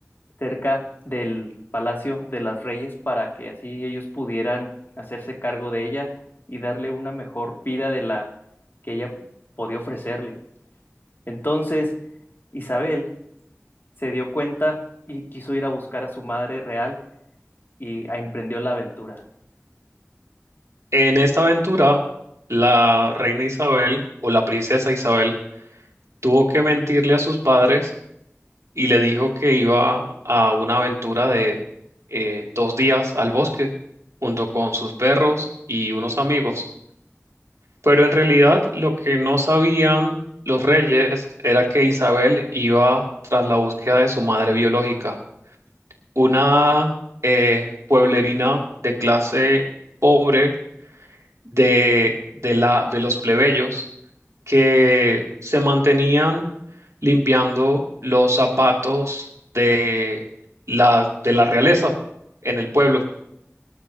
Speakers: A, on the left; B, on the right.
A: cerca del Palacio de las Reyes para que así ellos pudieran hacerse cargo de ella y darle una mejor vida de la que ella podía ofrecerle. Entonces, Isabel se dio cuenta y quiso ir a buscar a su madre real y emprendió la aventura.
B: En esta aventura, la reina Isabel o la princesa Isabel tuvo que mentirle a sus padres y le dijo que iba a una aventura de eh, dos días al bosque junto con sus perros y unos amigos. Pero en realidad lo que no sabían los reyes era que Isabel iba tras la búsqueda de su madre biológica, una eh, pueblerina de clase pobre de, de la, de los plebeyos que se mantenían limpiando los zapatos de la, de la realeza en el pueblo.